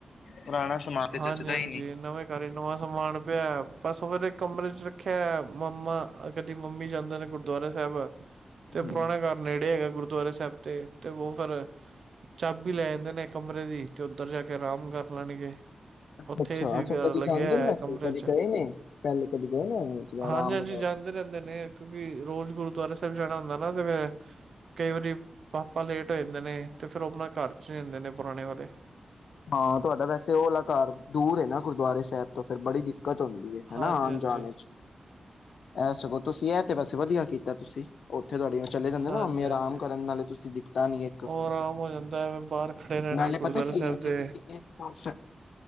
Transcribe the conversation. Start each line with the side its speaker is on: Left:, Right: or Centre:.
Left: ਪੁਰਾਣਾ ਸਮਾਨ ਤੇ
Right: ਹਾਂਜੀ-ਹਾਂਜੀ,
Left: ਜਚਦਾ ਹੀ ਨਹੀਂ।
Right: ਨਵੇਂ ਘਰ ਵਿੱਚ, ਨਵਾਂ ਸਮਾਨ ਪਿਆ। ਬਸ, ਉਹ ਫਿਰ ਇੱਕ ਕਮਰੇ 'ਚ ਰੱਖਿਆ। ਮੰਮਾ, ਕਦੀ ਮੰਮੀ ਜਾਂਦੇ ਨੇ ਗੁਰਦੁਆਰਾ ਸਾਹਿਬ ਤੇ
Left: ਹੂੰ।
Right: ਪੁਰਾਣੇ ਘਰ ਨੇੜੇ ਹੈਗਾ। ਗੁਰੂ ਗੁਰਦੁਆਰੇ ਸਾਹਿਬ ਤੇ, ਤੇ ਉਹ ਫਿਰ, ਚਾਬੀ ਲੈ ਜਾਂਦੇ ਨੇ ਕਮਰੇ ਦੀ ਤੇ ਉੱਧਰ ਜਾ ਕੇ ਆਰਾਮ ਕਰ ਲੈਣਗੇ।
Left: ਅੱਛਾ-ਅੱਛਾ,
Right: ਉੱਥੇ
Left: ਅੱਛਾ
Right: ਏ ਸੀ
Left: ਅੱਛਾ
Right: ਵਗੈਰਾ
Left: ਕਦੀ
Right: ਲੱਗਿਆ
Left: ਜਾਂਦੇ ਨੇ
Right: ਹੈ
Left: ਵੈਸੇ
Right: ਕਮਰੇ
Left: ਕਦੀ
Right: ਚ।
Left: ਗਏ ਨੇ ਪਹਿਲੇ ਕਦੀ ਗਏ ਨੇ
Right: ਹਾਂਜੀ-ਹਾਂਜੀ,
Left: ਰਾਮ ਵਗੈਰਾ
Right: ਜਾਂਦੇ
Left: ਤੇ
Right: ਰਹਿੰਦੇ ਨੇ ਕਿਉਂਕਿ ਰੋਜ਼ ਗੁਰਦੁਆਰੇ ਸਾ ਤਦ ਜਾਣਾ ਹੁੰਦਾ ਨਾ ਤੇ ਫਿਰ, ਕਈ ਵਾਰੀ ਪਾਪਾ ਲੇਟ ਹੋ ਜਾਂਦੇ ਨੇ ਤੇ ਫੇਰ ਉਹ ਆਪਣੇ ਘਰ ਚ ਹੁੰਦੇ ਨੇ ਪੁਰਾਣੇ ਵਾਲੇ।
Left: ਹਾਂ, ਤੁਹਾਡਾ ਵੈਸੇ ਉਹ ਵਾਲਾ ਘਰ ਦੂਰ ਹੈ ਨਾ ਗੁਰਦੁਆਰੇ ਸਾਹਿਬ ਤੋਂ ਫੇਰ ਬੜੀ ਦਿੱਕਤ ਦਿੱਕਤ ਹੁੰਦੀ ਹੈ। ਹਨਾ,
Right: ਹਾਂਜੀ
Left: ਆਉਣ-ਜਾਣ
Right: ਹਾਂਜੀ
Left: ਵਿੱਚ ਔ ਸਾਗੌ ਤੁਸੀਂ ਇਹ ਤੇ ਵੈਸੇ ਵਧੀਆ ਕੀਤ ਤਾਂ ਤੁਸੀਂ, ਉਹ ਤੇ ਤੁਹਾਡੇ ਚਲੇ ਜਾਂਦੇ
Right: ਹਾਂਜੀ
Left: ਨਾ, ਮੰਮੀ
Right: ਹਾਂਜੀ
Left: ਆਰਾਮ ਕਰਨ ਨਾਲੇ ਤੁਸੀਂ ਦਿੱਤਾ ਨੀ ਇੱਕ।
Right: ਉਹ ਆਰਾਮ ਹੋ ਜਾਂਦਾ ਐਵੇਂ ਬਾਹਰ ਖੜੇ ਰਹਿਣਗੇ
Left: ਨਾਲੇ
Right: ਗੁਰਦੁਆਰਾ
Left: ਪਤਾ ਕੀ
Right: ਸਾਹਿਬ
Left: ਐ
Right: ਦੇ
Left: ਜੇ ਤੁਸੀਂ ਇੱਕ ਪੋਰਸ਼ਨ,